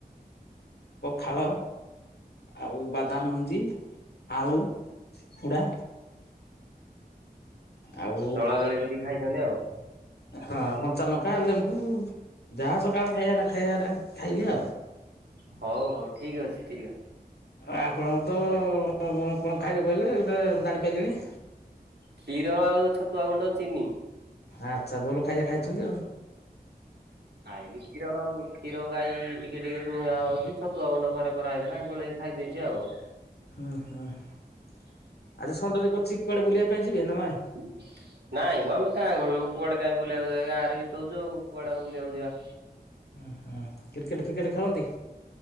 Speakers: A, on the left; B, on the right.
A: ପଖାଳ ଆଉ ବାଦାମମୁଞ୍ଜି, ଆଳୁ ପୁଡ଼ା। ଆଉ
B: ଦଳା ଦଳି କରିକି ଖାଇଛନ୍ତି ଆଉ।
A: ହଁ କଞ୍ଚାଲଙ୍କା, ଲେମ୍ବୁ-ଉ-ଉ ଯାହା ସକାଳ ଖାଇଆଟା ଖାଇଆଟା ଖାଇବି ଆଉ।
B: ହଉ ହଉ ଠିକ୍ ଅଛି ଠିକ୍ ଅଛି।
A: ଆପଣଙ୍କୁ
B: ଭଲ କଥା।
A: ତ-ଅ-ଅ-ଅ କଣ ଖାଇଲେ କହିଲେ ଗୋଟେ ଜାଣିପାରିଲିନି?
B: କ୍ଷୀର ଆଉ ଛତ୍ ଉଆ ଗୁଣ୍ଡ ଚିନି।
A: ଆଚ୍ଛା ଭଲ ଖାଇବା ଖାଇଛନ୍ତି ଆଉ।
B: ଖାଇନି କ୍ଷୀର ଆଉ। କ୍ଷୀର ଗାଇ-ଇ-ଇ ଟିକେ ଟିକେ ଦୁଆ ହଉଛି ଛତୁଆ ଗୁଣ୍ଡ ଘରେ କରାହେଇଥିଲା ଗୋଳେଇ ଖାଇ ଦେଇଛି ଆଉ।
A: ହୁଁ ହୁଁ ଆଜି ସଣ୍ଡେରେ କୋଚିକ୍ କୁଆଡେ ବୁଲିବା ପାଇଁ ଯିବେ ନା ନାଇଁ?
B: ହ ନାଇଁ ମ ଆମେ ଗାଁ ଗହଳି ଲୋକ କୁଆଡେ କାଇଁ ବୁଲିବାକୁ ଯାଏ ଗାଁ ରେ ବିତଉଛୁ ଆଉ କୁଆଡେ ଆଉ ବୁଲିବାକୁ ଯିବା।
A: ଉଁ ହୁଁ କ୍ରିକେଟ ଫ୍ରିକେଟ ଖେଳନ୍ତି?